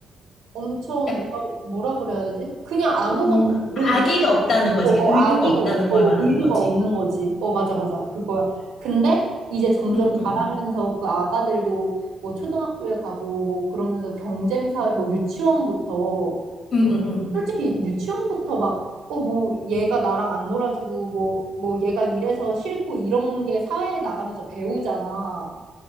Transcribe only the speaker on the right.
엄청,
뭐라, 뭐라 그래야 되지? 그냥 아무것도
모르고
어, 어,
아기가
없고
의도가
없는 거지. 어, 맞아, 맞아. 그거야. 근데 이제 점점
자라면서 그 아가들도 뭐 초등학교에 가고 뭐 그러면서 경쟁사회, 뭐 유치원부터,
솔직히 유치원부터 막, 어, 뭐 얘가 나랑 안 놀아주고 뭐, 뭐 얘가 이래서 싫고 이런 게 사회에 나가면서 배우잖아.